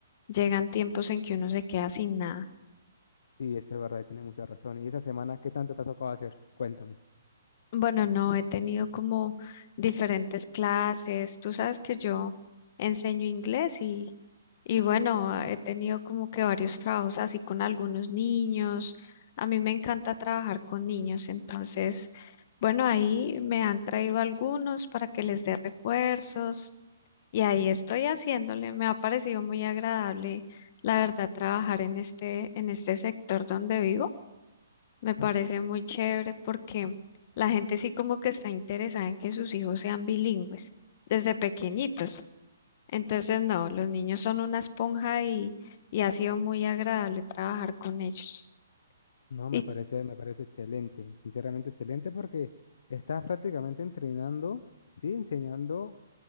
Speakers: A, on the left (about 45°); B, on the left (about 65°).
A: llegan tiempos en que uno se queda sin nada.
B: Sí, eso es verdad, tiene mucha razón. ¿Y esta semana qué tanto te ha tocado hacer? Cuéntame.
A: Bueno, no, he tenido como diferentes clases. Tú sabes que yo enseño inglés y, y bueno, he tenido como que varios trabajos así con algunos niños. A mí me encanta trabajar con niños, entonces, bueno, ahí me han traído algunos para que les dé refuerzos y ahí estoy haciéndole. Me ha parecido muy agradable, la verdad, trabajar en este, en este sector donde vivo. Me parece
B: Ah,
A: muy chévere porque la gente sí como que está interesada en que sus hijos sean bilingües desde pequeñitos. Entonces, no, los niños son una esponja y, y ha sido muy agradable trabajar con ellos.
B: No, me
A: Y
B: parece, me parece excelente, sinceramente excelente, porque estás prácticamente entrenando, sí, enseñando